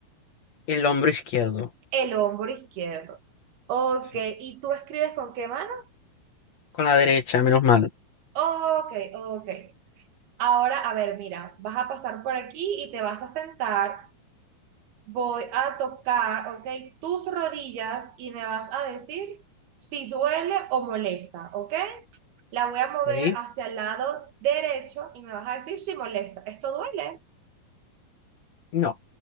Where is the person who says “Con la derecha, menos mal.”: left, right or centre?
Left